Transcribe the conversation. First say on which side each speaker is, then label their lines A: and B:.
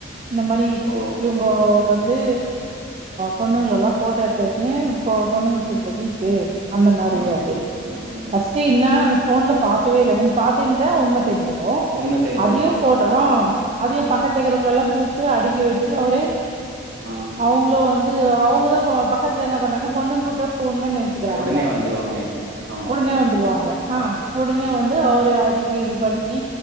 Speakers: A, on the right (about 30°); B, on the right (about 50°).
A: இந்த மாரி
B: ஓ
A: இவங்கோ வந்து பொண்ணுங்கல்லா ஃபோட்டோ எடுத்துவெச்சுன்னு பொண்ணுங்க விஷயத்துல வீக்கு அந்த மாரி
B: ம் ம்
A: அப்டின்னு
B: ம் ம்
A: ஃபஸ்ட் இன்னா ஃபோன்ல பாகவேல்ல நீங்க பாத்தீந்த உண்ம தெருஞ்சு கும்
B: உண்மை தெரிஞ்சிருக்கும்
A: அதையு போடும் அதையு பக்கத்துல இருக்கிறவங்களல்லா கூப்ட்டு அடிக்க வச்சு அவுரே
B: ம்
A: அவங்கள வந்து அவங்க தா பக்கத்ல என்ன பண்ணாங் பொண்ணுங் கூப்ட்டா உண்ம நெனச்சுக்கறாங்கள
B: உடனே வந்துருவாங்களே ஆமா
A: உடனே வந்ருவாங்க ஆ உடனே வந்து ஒரு லைக் இது பண்ணி